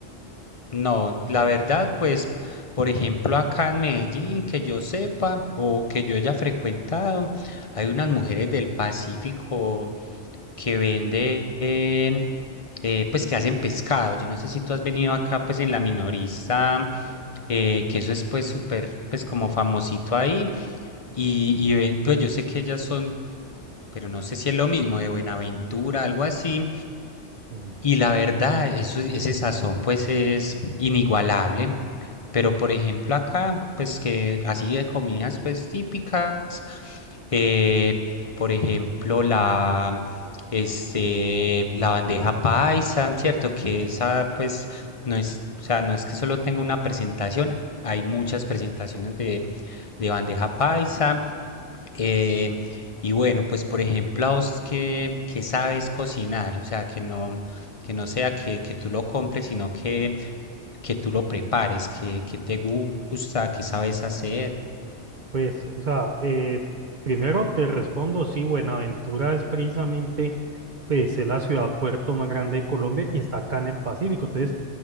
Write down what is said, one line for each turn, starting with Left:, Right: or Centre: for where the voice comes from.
Left: No, la verdad, pues, por ejemplo, acá en Medellín, que yo sepa o que yo haya frecuentado, hay unas mujeres del Pacífico que venden, eh, pues, que hacen pescado. Yo no sé si tú has venido acá, pues, en la minorista, eh, que eso es, pues, súper, pues, como famosito ahí. Y, y ven- pues, yo sé que ellas son pero no sé si es lo mismo de Buenaventura, algo así.
Right: Mm,
Left: Y la verdad, eso, ese sazón pues es inigualable. Pero por ejemplo acá, pues que así de comidas pues típicas, eh, por ejemplo la, este, la bandeja paisa, ¿cierto? Que esa pues no es, o sea, no es que solo tenga una presentación, hay muchas presentaciones de, de bandeja paisa. eh, y bueno, pues por ejemplo a vos que, que sabes cocinar, o sea, que no que no sea que, que tú lo compres, sino que, que tú lo prepares, que, que te gusta, que sabes hacer.
Right: Pues, o sea, eh, primero te respondo, sí, Buenaventura es precisamente, pues, es la ciudad puerto más grande de Colombia y está acá en el Pacífico. Entonces,